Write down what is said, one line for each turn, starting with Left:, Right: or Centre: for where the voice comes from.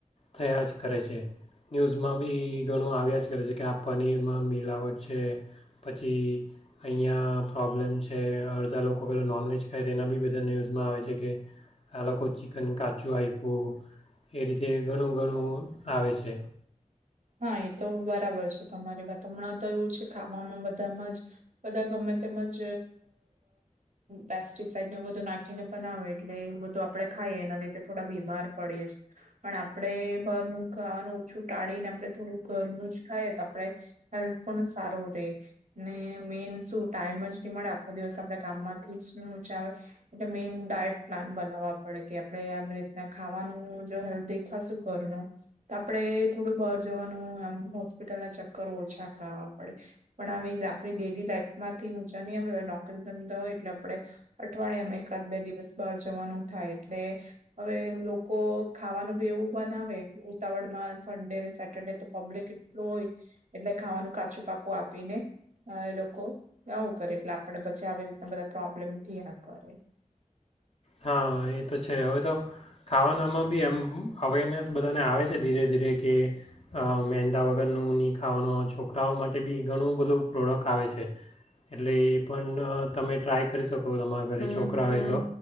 Left: થયા જ કરે છે. ન્યૂઝમાં બી ઘણું આવ્યા જ કરે છે, કે આ પનીરમાં મિલાવટ છે. પછી, અહીંયા પ્રોબ્લેમ છે. અડધા લોકો પેલાં નોનવેજ ખાય તો એના બી બધા ન્યૂઝમાં આવે છે. કે આ લોકો ચિકન કાચું આઈપ્યું એ રીતે ઘણું ઘણું આવે છે.
Right: હા, એ તો બરાબર છે. તમારી વાત હમણાં તો એવું છે. ખાવામાં બધામાં જ બધા ગમે તેમજ પેસ્ટિસાઈડ બધું નાખીને બનાવે, એટલે એ બધું આપડણે ખાઈએ એના લીધે થોડા બીમાર પડીએ છે. પણ આપડે બારનુ ખાવાનું ઓછું ટાળીને, આપ થોડું ઘરનું જ ખાઈ તો આપણે હેલ્થ પણ સારું રહે, ને મેઈન શું ટાઈમ જ ની મળે આખો દિવસ આપણે કામમાંથી જ ની ઉંચા આવે, એટલે મેઈન ડાયટ પ્લાન બનાવવા પડે કે, આપણેે આવી રીતના ખાવાનું જો હેલ્થી દેખાશું ઘરનું તો આપે થોડું બ વાનું આમ હોસ્પિટલ ના ચક્કર ઓછા ખાવા પડે પણ આવી આપ ડેલી લાઈફ માંથી ઊંચા નહીં, આવે આપડે નોકારી ધંધા હોય એટલે આપણે અઠવાડિયામાં એકાદ બે દિવસ બાર જવાનું થાય. એટલે હવે લોકો ખાવાનું બી એવું બનાવે ઉતાવળ માં સન્ડે ને શે ડે તો પબ્લિક એટલું હોય, એટલે ખાવાનું કાચું પાકું આપીને એ લોકો આવું કરે. એટલે આપને પછી આવી રીતના બધા પ્રોબ્લેમથીયા કરે.
Left: હા એ તો છે. હવે, તો ખાવાનામાં બી એમ અવેરનેસ બધાને આવે છે. ધીરે ધીરે કે મહેંદા વગરનું નહીં, ખાવાનું છોકરાઓ માટે બી ઘણું બધું પ્રોડક્ટ આવે છે. એટલે એ પણ તમે ટ્રાય કરી શકો તમારા ઘરે છોકરાઓ તો